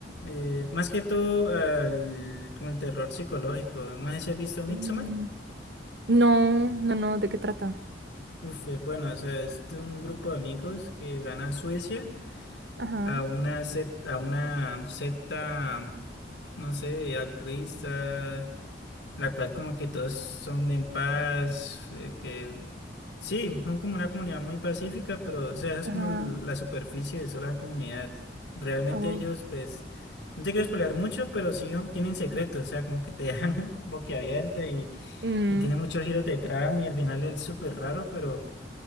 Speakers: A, on the left; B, on the right.
A: eh, más que todo al- como el terror psicológico. No sé si has visto Midsommar.
B: Mm, No, no, no, ¿de qué trata?
A: Uf, es bueno, o sea, es de un grupo de amigos que van a Suecia
B: Ajá,
A: a una secta, a una secta, no sé, altruista, la cual como que todos son de en paz, eh, que sí, son como una comunidad muy pacífica, pero o sea, esa es
B: ajá.
A: como l- la superficie de sola comunidad. Realmente
B: Oh.
A: ellos, pues, no te quiero spoilear mucho, pero sí son- tienen secretos, o sea, como que te <laughs> dejan boquiabierta y,
B: mm,
A: y tiene muchos giros de trama y al final es súper raro, pero